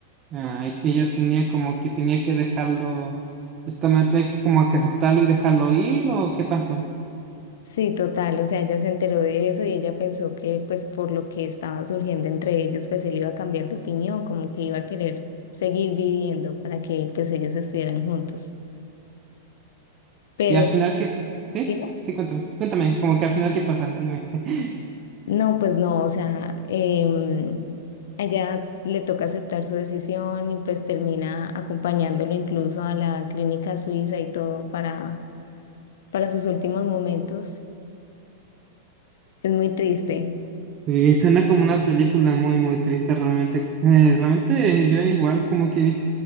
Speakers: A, on the right (about 25°); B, on the left (about 70°).
A: Ah, y ella tenía como que tenía que dejarlo, esta manera tenía que como que aceptarlo y dejarlo ir, ¿o qué pasó?
B: Sí, total, o sea, ella se enteró de eso y ella pensó que pues por lo que estaba surgiendo entre ellos, pues él iba a cambiar de opinión, como que iba a querer seguir viviendo para que pues ellos estuvieran juntos. Pero,
A: Y al final, ¿qué? ¿Sí?
B: dime.
A: Sí, cuéntame. Cuéntame, como que al final, ¿qué pasa? Dime. <laughs>
B: No, pues no, o sea, em, ella le toca aceptar su decisión y pues termina acompañándolo incluso a la clínica suiza y todo para, para sus últimos momentos. Es muy triste.
A: Sí, suena como una película muy, muy triste realmente. Eh, realmente eh, yo igual como que vi...